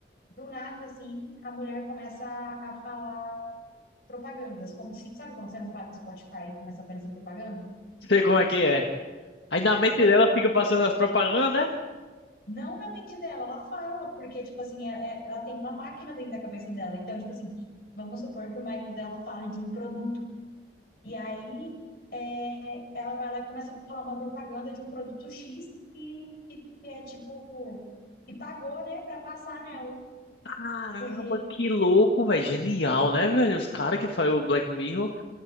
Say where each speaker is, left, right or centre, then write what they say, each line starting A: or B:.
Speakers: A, on the left; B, on the left.
A: do nada, assim, a mulher começa a a falar propagandas, como se, sabe quando você não paga o Spotify e começa a aparecer propaganda?
B: Sei como é que é. Aí na mente
A: E aí,
B: dela fica passando as propagandas, né?
A: não na mente dela, ela fala, porque, tipo assim, é- é- ela tem uma máquina dentro da cabeça dela. Então, tipo assim, vamos supor que o marido dela fale de um produto. E aí, é, ela vai lá e começa a falar uma propaganda de um produto X que, que, que é, tipo, que pagou, né, pra passar nela.
B: Caramba,
A: Porque,
B: que louco, velho. Genial, né, velho? Os caras que faz o Black Mirror.